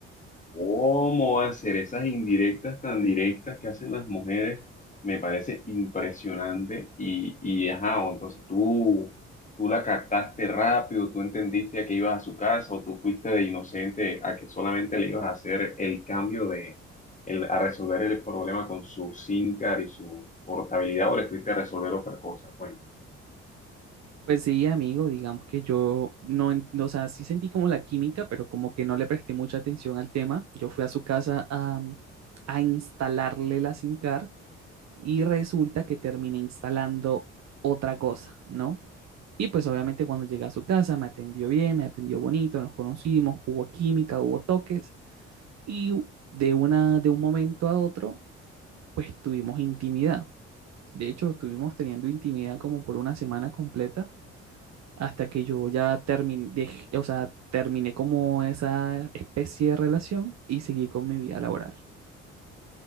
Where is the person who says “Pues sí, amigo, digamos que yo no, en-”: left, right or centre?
Right